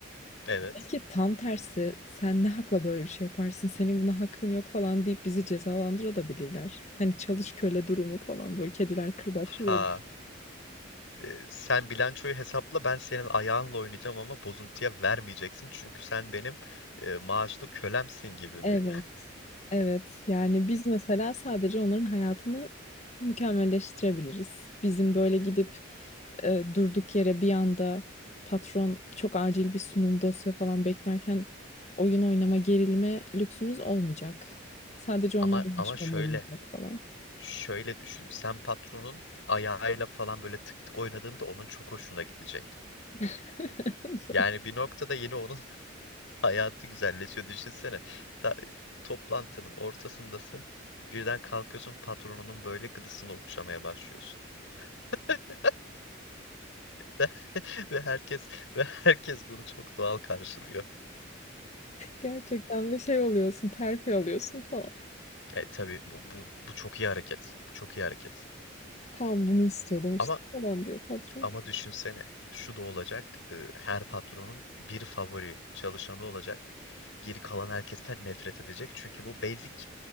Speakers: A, on the left; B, on the left.
A: Evet.
B: Belki tam tersi sen ne hakla böyle bir şey yaparsın senin buna hakkın yok falan deyip bizi cezalandırabilirler. Hani çalış köle durumu falan böyle kediler kırbaçlıyor.
A: Ha. e, Sen bilançoyu hesapla ben senin ayağınla oynayacağım ama bozuntuya vermeyeceksin çünkü sen benim e, maaşlı kölemsin gibi mi?
B: Evet, evet. Yani biz mesela sadece onların hayatını mükemmelleştirebiliriz. Bizim böyle gidip e, durduk yere bir anda patron çok acil bir sunum dosya falan beklerken oyun oynama gerilme lüksümüz olmayacak. Sadece
A: Ama
B: onlar
A: ama
B: yaşamalı
A: şöyle
B: yiyecek falan.
A: şöyle düşün sen patronun ayağıyla falan böyle tık tık oynadığında onun çok hoşuna gidecek.
B: <laughs>
A: Yani bir noktada yine onun Hayatı güzelleşiyor düşünsene. Ta- toplantının ortasındasın. Birden kalkıyorsun patronunun böyle gıdısını okşamaya başlıyorsun. <laughs> Ve, ve herkes ve herkes bunu çok doğal karşılıyor.
B: Gerçekten bir şey oluyorsun, terfi alıyorsun falan.
A: E tabii bu, bu, bu çok iyi hareket. Bu çok iyi hareket.
B: Tamam bunu istiyordum işte
A: Ama
B: falan diyor patron.
A: ama düşünsene şu da olacak. e, her patronun bir favori çalışanı olacak. Geri kalan herkesten nefret edecek. Çünkü bu basic